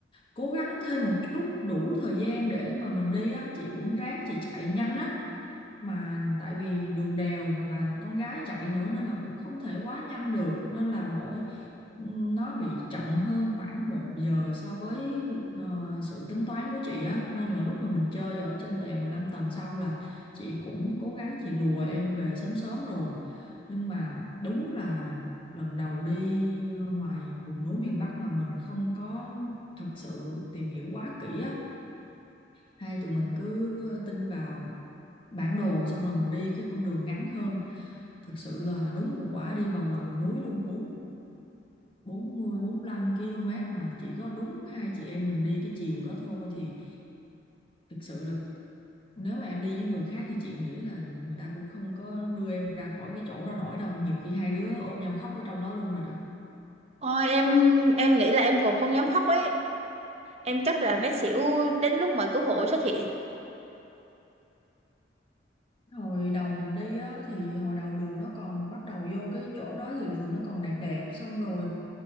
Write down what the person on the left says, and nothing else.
cố gắng thêm một chút đủ thời gian để mà mình đi á chị cũng ráng chị chạy nhanh á mà tại vì đường đèo và con gái chạy nữa nên là cũng không thể quá nhanh được nên là mỗi nó bị chậm hơn khoảng một giờ so với ờ, sự tính toán của chị á nên là lúc mà mình chơi ở trên đèo 15 tầng xong là chị cũng cố gắng chị lùa em về sớm sớm rồi nhưng mà đúng là lần đầu đi ngoài vùng núi miền Bắc mà mình không có thật sự tìm hiểu quá kỹ á hay tụi mình cứ tin vào bản đồ xong rồi mình đi cái con đường ngắn hơn thực sự là đúng một quả đi vào lòng núi luôn 40 40 45 km mà chỉ có đúng hai chị em mình đi cái chiều đó thôi thì thực sự là nếu mà em đi với người khác thì chị nghĩ là người ta cũng không có đưa em ra khỏi cái chỗ đó nổi đâu nhiều khi hai đứa ôm nhau khóc ở trong đó luôn rồi đó
hồi đầu mình đi á thì hồi đầu đường nó còn bắt đầu vô cái chỗ đó thì đường nó còn đẹp đẹp xong rồi